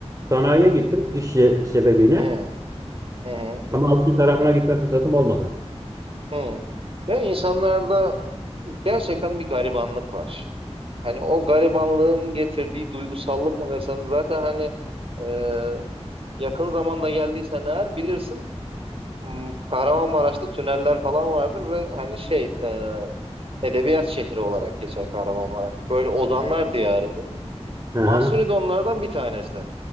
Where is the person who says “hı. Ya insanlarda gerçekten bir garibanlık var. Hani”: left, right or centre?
Right